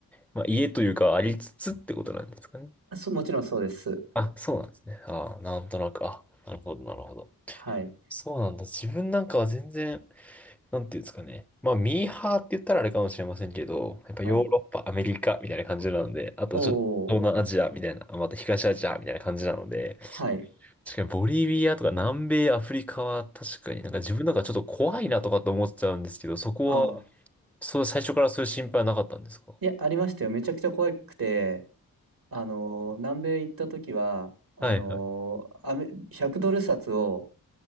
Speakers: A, in the centre; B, on the right (about 70°).
A: まあ、家というかありつつってことなんですかね。
B: あそ、もちろんそうです。
A: あ、そうなんですね。ああ、なんとなく、あ、なるほど、なるほど。
B: はい。
A: そうなんだ。自分なんかは全然、なんていうんですかね。まあ、ミーハーって言ったらあれかもしれませんけど、やっぱヨーロッパ、
B: はい。
A: アメリカみたいな感じなので、あとちょっと東南アジアみたいな、
B: おー。
A: あまた東アジアみたいな感じなので、
B: はい。
A: 確かにボリビアとか南米アフリカは確かになんか自分なんかちょっと怖いなとかと思っちゃうんですけど、そこは、
B: ああ。
A: そう、最初からそういう心配はなかったんですか
B: いや、ありましたよ。めちゃくちゃ怖くて、あのー南米行った時は、あのーアメ、
A: はいはい。
B: 100ドル札を、